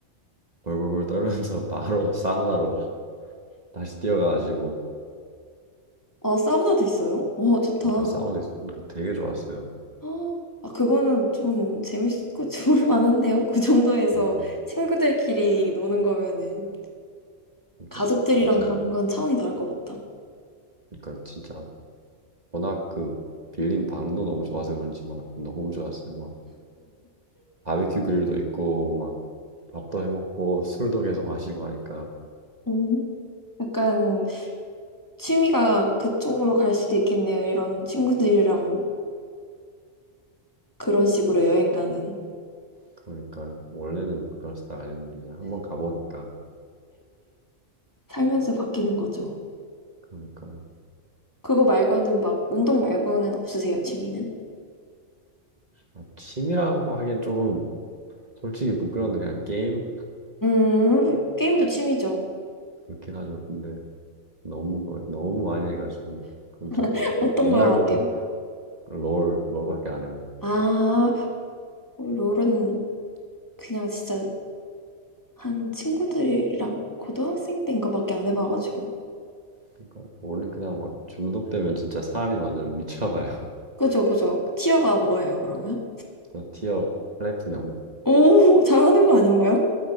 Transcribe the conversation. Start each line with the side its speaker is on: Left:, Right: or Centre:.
Right: 벌벌벌 떨면서 <laughs> 바로 사우나로 막 다시 뛰어가가지고
Left: 아, 사우나도 있어요? 와, 좋다.
Right: 그러니까 사우나 있- 그러니까 되게 좋았어요.
Left: 아, 아, 그거는 좀 재밌고 <laughs> 좋을 만한데요. 그 정도에서
Right: 그러니까
Left: 친구들끼리 노는 거면은
Right: 그러니까
Left: 가족들이랑
Right: 진짜
Left: 가는 건 차원이 다를 것 같다.
Right: 그러니까 진짜 워낙 그 빌린 방도 너무 좋아서 그런지 막 너무 좋았어요. 막 바베큐 그릴도 있고 막 밥도 해 먹고 술도 계속 마시고 하니까
Left: 음. 약간 취미가 그쪽으로 갈 수도 있겠네요. 이런 친구들이랑 그런 식으로 여행 가는.
Right: 그러니까요. 원래는 그런 스타일 아니었는데 이제 한번 가보니까
Left: 살면서 바뀌는 거죠.
Right: 그러니까요.
Left: 그거 말고는 막, 운동 말고는 없으세요, 취미는?
Right: 아, 취미라고 하기엔 조금 솔직히 부끄러운데 그냥 게임
Left: 음, 게임도 취미죠.
Right: 그렇긴 하죠. 근데 너무 거 너무 많이 해가지고 그럼 저
Left: <laughs> 어떤
Right: 이제 옛날부터
Left: 거 하세요?
Right: 롤 롤밖에 안 해요.
Left: 아,
Right: 진짜.
Left: 롤은 그냥 진짜 한 친구들이랑 고등학생 때인 거밖에 안 해봐가지고.
Right: 그러니까 롤은 그냥 막 중독되면 진짜 사람이 완전 미쳐가요.
Left: 그죠, 그죠. 티어가 뭐예요, 그러면?
Right: <laughs> 저 티어 플래티넘.
Left: 오, <laughs> 잘하는 거 아닌가요?